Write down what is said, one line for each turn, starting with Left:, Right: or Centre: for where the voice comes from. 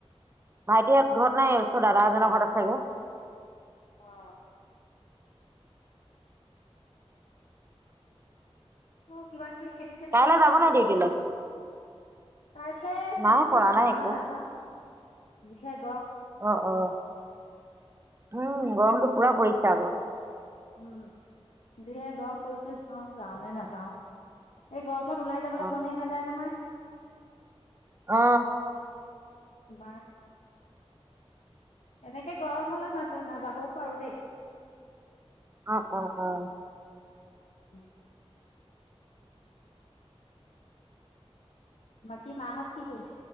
Right: ভাইটিহঁত ঘৰত নাই ওচৰ দাদা এজনৰ ঘৰত আছেগে।
Left: অ। ত কিবা কিবি খেতি চেতি
Right: কাইলৈ
Left: কৰিছা
Right: যাব
Left: নেকি
Right: নে ডিউটিলে
Left: ঘৰত? কাইলে চাওঁচোন
Right: নাই কৰা নাই
Left: যাওঁ
Right: একো
Left: নে নাযাওঁ যিহে গ
Right: অ অ, উম গৰমটো পুৰা পৰিছে আক।
Left: উম যিহে গম পৰিছে চাও যাও নে নাযাও। এই গৰমত ওলাই যাবলে
Right: অ
Left: মনেই নাযায় নহয়।
Right: অ।
Left: তোমাৰ এনেকে গৰম হ'লে না নাযাবও পাৰো দেই।
Right: অ অ অ।
Left: উম। বাকী মাহঁত কি কৰিছ